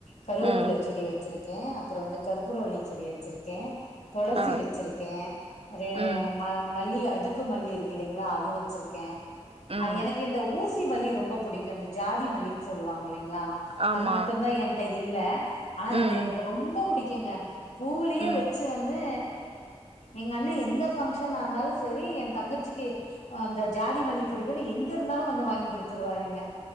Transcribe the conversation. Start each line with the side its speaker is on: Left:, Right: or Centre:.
Left: கருவேப்புல
Right: ம்
Left: செடி வச்சிருக்கேன் இருக்கேன் அப்புறம் வந்து கருப்பூர வள்ளி செடி வச்சிருக்கேன் துளசி
Right: ஆ
Left: வச்சிருக்கேன் ஒரு
Right: ம்
Left: ம மல்லி அ அதுக்கு மல்லி இருக்கு இல்லலைங்களா அது வச்சிருக்கு க
Right: ம்
Left: அ எனக்கு இந்த ஊ ஊசி மல்லி ரொம்ப புடிக்கும் இந்த ஜாதி மல்லின்னு சொல்லுவாங்க ங்கள
Right: ஆமா
Left: அது மட்டும்தான் என்ட்ட இரு இல்ல ஆனா
Right: ம்
Left: இது எனக்கு ரொம்ப புடிக்கு கும்ங்க பூலயே
Right: ம்
Left: வச்சு வந்து எங்க அண்ண எந்த பங்க்ஷன் இருந்தாலும் சரி என் தங்கச்சிக்கு அ இந்த ஜாதி மல்லி பிடிக்கும்னு எங்க இருந்தாலும் வந்து வாங்கி கொடுத்துருவாருங்க